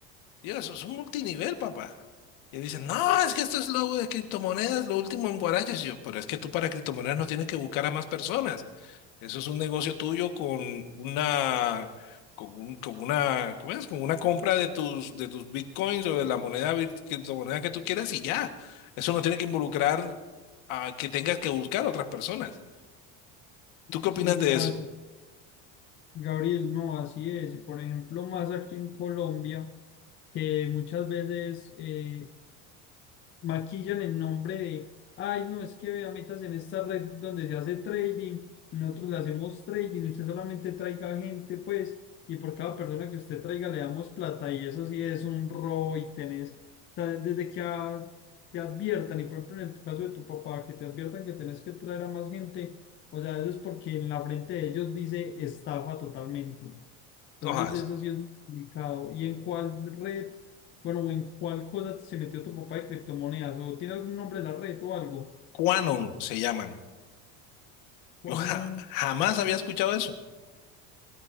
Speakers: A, on the left; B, on the left.
A: Y yo, eso es un multinivel, papá. Y él dice no, es que esto es lo de criptomonedas, lo último en Guaraches. Y yo, pero es que tú para criptomonedas no tienes que buscar a más personas. Eso es un negocio tuyo con una, con un- con una, ¿cómo es? Con una compra de tus, de tus bitcoins o de la moneda, bit- criptomoneda que tú quieras y ya. Eso no tiene que involucrar a que tengas que buscar a otras personas. ¿Tú qué opinas
B: Sí,
A: de
B: así-
A: eso?
B: Gabriel, no, así es. Y por ejemplo, más aquí en Colombia, que muchas veces, eh, maquillan el nombre de, ay, no, es que vea, metas en esta red donde se hace trading, y nosotros le hacemos trading, y usted solamente traiga gente, pues, y por cada persona que usted traiga le damos plata, y eso sí es un robo y tenés, o sea, desde que a- te adviertan, y por ejemplo en el caso de tu papá, que te adviertan que tenés que traer a más gente, o sea, eso es porque en la frente de ellos dice estafa totalmente. Entonces
A: Ojas,
B: eso sí es muy complicado. ¿Y en cuál red, bueno, o en cuál cosa se metió tu papá de criptomonedas? ¿O tiene algún nombre la red o algo?
A: Quanon se llaman. Yo
B: Ah,
A: ja- jamás había escuchado eso.